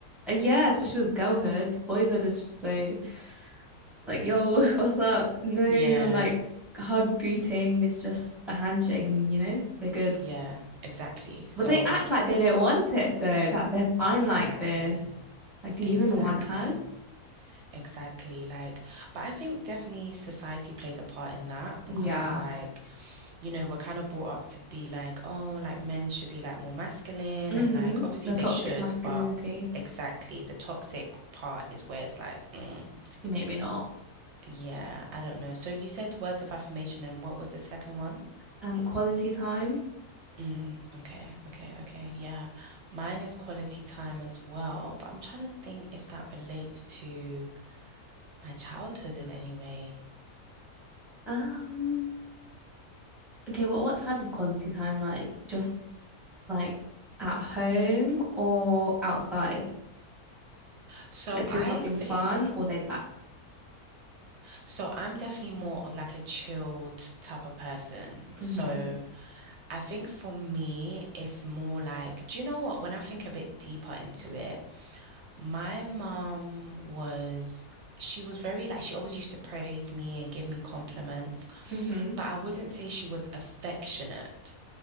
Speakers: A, in the centre; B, on the right (about 60°).
A: Uh, Yeah, especially with girlhood. Boyhood is just so like, yo, <laughs> what's up? No
B: Yeah.
A: even like hug greeting. It's just a handshake and you know, they're good.
B: Yeah, exactly. So,
A: But they act like they don't want it though, that they're fine
B: exactly,
A: like this. Like, do
B: exactly,
A: you even want hug?
B: exactly. Like, but I think definitely society plays a part in that
A: Yeah.
B: because it's like, you know, we're kind of brought up to be like, oh, like men should be like more masculine
A: Mm-hmm.
B: and like obviously
A: The
B: they
A: toxic
B: should,
A: masculinity.
B: but exactly the toxic part is where it's like, mm,
A: Maybe not.
B: yeah, I don't know. So you said words of affirmation and what was the second one?
A: Um, quality time.
B: Mm, okay, okay, okay. Yeah. Mine is quality time as well, but I'm trying to think if that relates to my childhood in any way.
A: Um, okay, well, what type of quality time? Like just like at home or outside?
B: So
A: Like doing
B: I
A: something
B: think,
A: fun or laid back?
B: so I'm definitely more of like a chilled type of person.
A: Mm-hmm.
B: So I think for me, it's more like, do you know what? When I think a bit deeper into it, My mom was, she was very like, she always used to praise me and give me compliments,
A: Mm-hmm.
B: but I wouldn't say she was affectionate,